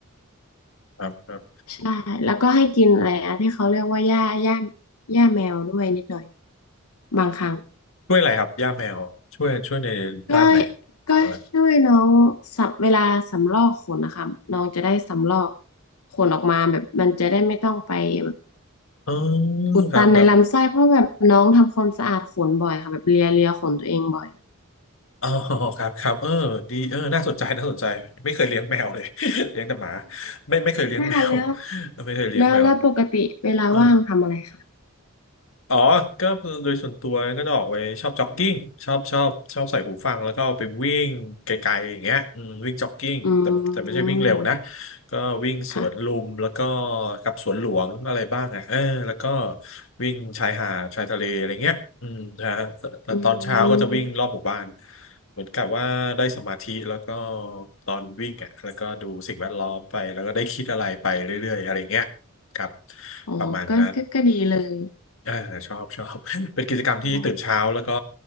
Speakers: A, on the left (about 65°); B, on the left (about 85°).
A: ครับครับ
B: ใช่แล้วก็ให้กินอะไรอะที่เขาเรียกว่าหญ้าหญ้าหญ้าแมวด้วยนิดหน่อยบางครั้ง
A: ช่วยอะไรครับ ย่าแมว ช่วยช่วยในด้านไหน
B: ก็ก็ช่วยน้องสับเวลาสำรอกขนนะคะน้องจะได้สำรอก
A: อะไร
B: ขนออกมาแบบมันจะได้ไม่ต้องไปแบบ
A: อ๋อ
B: อุดตันในลำไส้เพราะแบบน้องทำความสะอาดขนบ่อยค่ะแบบเลียเลียขนตัวเองบ่อย
A: ครับครับอ๋อครับครับเออดีเออน่าสนใจน่าสนใจไม่เคยเลี้ยงแมวเลย <laughs> เลี้ยงแต่หมาไม่ไม่เคยเลี้ยงแมว
B: <laughs> นะคะแล้ว
A: ไม่เคยเลี้ยงแมว
B: แล้วแล้วปกติเวลาว่างทำอะไรคะ
A: เออ อ๋อก็โดยส่วนตัวก็จะออกไปชอบจ็อกกิ้งชอบชอบชอบใส่หูฟังแล้วก็ไปวิ่งไกลๆอย่างเงี้ยอืมวิ่งจ็อกกิ้งแต่แต่ไม่ใช่วิ่งเร็วนะ
B: อืม
A: ก็วิ่งสวนลุมแล้วก็
B: ค่ะ
A: กับสวนหลวงอะไรบ้างอ่ะเออแล้วก็วิ่งชายหาดชายทะเลอะไรเงี้ยอืมนะฮะแต่แต่ตอนเช้าก็จะวิ่งรอบหมู่บ้าน
B: อืม
A: เหมือนกับว่าได้สมาธิแล้วก็ตอนวิ่งอ่ะแล้วก็ดูสิ่งแวดล้อมไปแล้วก็ได้คิดอะไรไปเรื่อยๆอะไรเงี้ยครับ
B: อ๋อก็ก็ก็ดีเลย
A: ประมาณนั้น อ่าชอบชอบ <laughs> เป็นกิจกรรมที่ตื่นเช้าแล้วก็
B: ได้